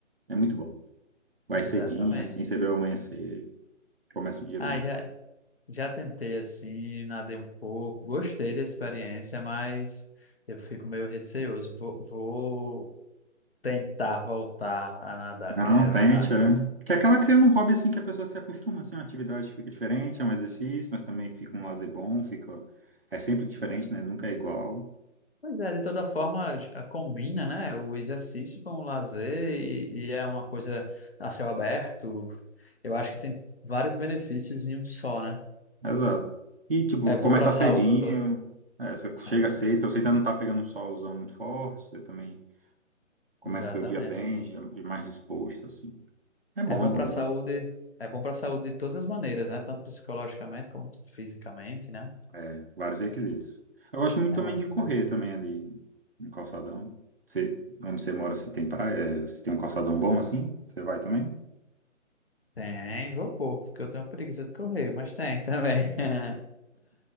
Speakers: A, on the right; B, on the left.
A: é muito bom. Vai
B: exatamente.
A: cedinho, assim, você vê o amanhecer, começa o dia
B: Ah,
A: bem.
B: já, já tentei assim, nadei um pouco, gostei da experiência, mas eu fico meio receoso. Vou, vou tentar voltar a nadar,
A: Não,
B: quero.
A: tente,
B: Ah,
A: é. Que acaba criando um hobby, assim, que a pessoa se acostuma, assim, uma atividade que fica diferente, é um exercício, mas também fica um lazer bom, fica... É sempre diferente, né? Nunca é igual.
B: pois é, de toda forma, j- ah, combina, né, o exercício com o lazer e, e é uma coisa a céu aberto. Eu acho que tem vários benefícios em um só, né?
A: É, exato. E, tipo,
B: É bom
A: começar
B: para a saúde
A: cedinho,
B: toda.
A: é, você chega
B: Ah,
A: cedo,
B: e-
A: então você ainda não tá pegando um solzão muito forte, você também começa
B: exatamente.
A: seu dia bem, já mais disposto, assim. É bom,
B: É bom
A: é bom.
B: para a saúde, é bom para a saúde de todas as maneiras, né? Tanto psicologicamente quanto fisicamente, né?
A: É, vários requisitos. Eu gosto muito
B: É
A: também
B: uma atividade
A: de correr
B: boa.
A: também ali no calçadão. Você, onde você mora, se tem praia, é, se tem um calçadão bom assim, você vai também?
B: Tem, vou pouco, porque eu tenho preguiça de correr, mas tem também. <laughs>